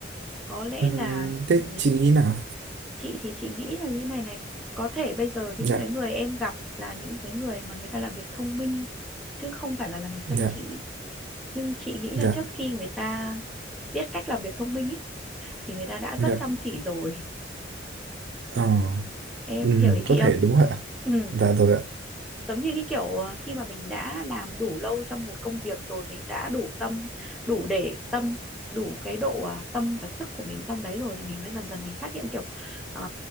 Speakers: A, in the centre; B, on the right (about 70°).
A: Có lẽ
B: Ừm,
A: là
B: thế
A: ừ,
B: chị nghĩ nào?
A: chị thì chị nghĩ là như này này, có thể bây giờ những
B: Dạ,
A: cái người em gặp là những cái người mà người ta làm việc thông minh chứ không phải là làm việc chăm
B: dạ,
A: chỉ nhưng chị nghĩ
B: dạ,
A: là trước khi người ta biết cách làm việc thông minh ý, thì người ta đã
B: dạ.
A: rất chăm chỉ rồi
B: Ờ,
A: em
B: ừm,
A: hiểu ý chị
B: có thể
A: không
B: đúng rồi ạ.
A: ừ.
B: Dạ rồi ạ.
A: giống như cái kiểu ờ, khi mà mình đã làm đủ lâu trong một công việc rồi mình đã đủ tâm đủ để tâm đủ cái độ ờ, tâm và sức của mình trong đấy rồi thì mình mới dần dần mình phát hiện kiểu ờ,